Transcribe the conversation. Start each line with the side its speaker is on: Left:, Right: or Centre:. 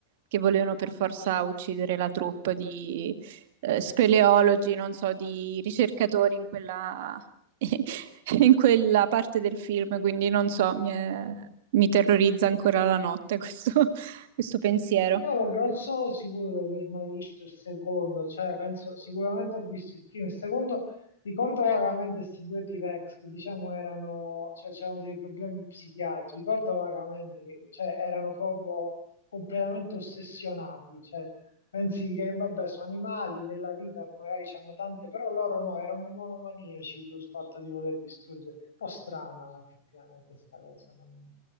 Right: che volevano per forza uccidere la troupe di eh, speleologi, non so, di ricercatori in quella, <laughs> in quella parte del film, quindi non so, mi, è- mi terrorizza ancora la notte questo questo pensiero.
Left: Io non sono sicuro di aver mai visto il secondo, cioè penso sicuramente ho visto il primo, il secondo ricordo vagamente questi due T-Rex che diciamo erano, cioè c'erano dei problemi psichiatrici, ricordo vagamente che cioè, erano proprio completamente ossessionati, cioè pensi che vabbè sono animali nella vita, magari hanno tante, però loro no, erano monomaniaci sul fatto di voler distruggere, un po' strana effettivamente sta cosa. non-